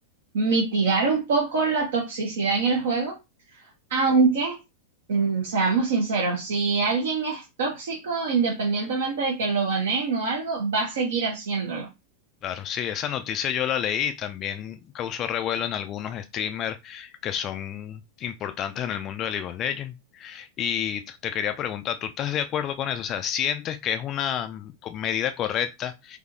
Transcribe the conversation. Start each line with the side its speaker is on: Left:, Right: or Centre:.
Right: mitigar un poco la toxicidad en el juego aunque, mm, seamos sinceros, si alguien es tóxico, independientemente de que lo baneen o algo, va a seguir haciéndolo.
Left: Claro, sí, esa noticia yo la leí y también causó revuelo en algunos streamers que son importantes en el mundo de League of Legends. Y te quería preguntar, ¿tú estás de acuerdo con eso? O sea, ¿sientes que es una co- medida correcta